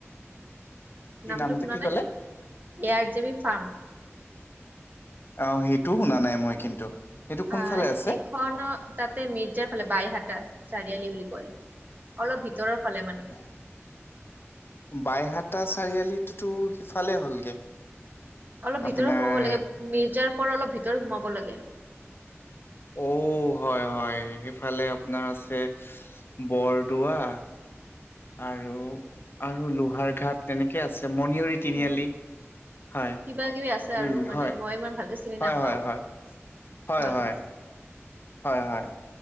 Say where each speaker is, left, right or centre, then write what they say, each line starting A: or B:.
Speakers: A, on the left; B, on the right.
A: কি
B: নামটো শুনা
A: কি
B: নাই
A: ক'লে
B: এয়াৰ জি বি ফাৰ্ম।
A: অঁ সেইটোও শুনা নাই মই কিন্তু। সেইটো কোনফালে
B: হয়,
A: আছে?
B: এক খন তাতে মিৰ্জাৰ ফালে বাইহাটা চাৰিআলি বুলি কয় অলপ ভিতৰৰ ফালে মানে।
A: <inaudible> বাইহাটা চাৰিআলিতো সিফালে হ'লগে।
B: অলপ ভিতৰ
A: আপোনাৰ
B: সোমাব লাগে, মিৰ্জাৰ পৰা অলপ ভিতৰত সোমাব লাগে।
A: অ হয় হয় সেইফালে আপোনাৰ আছে বৰদোৱা আৰু আৰু লোহাৰ ঘাট তেনেকে আছে মণিয়ৰিত তিনিআলি,
B: উম
A: হয় উম
B: কিবা কিবি আছে আৰু মানে
A: হয়
B: মই ইমান ভালকে চিনি
A: হয়
B: নাপাও
A: হয় হয়। হয়
B: বাৰু
A: হয়। হয় হয়।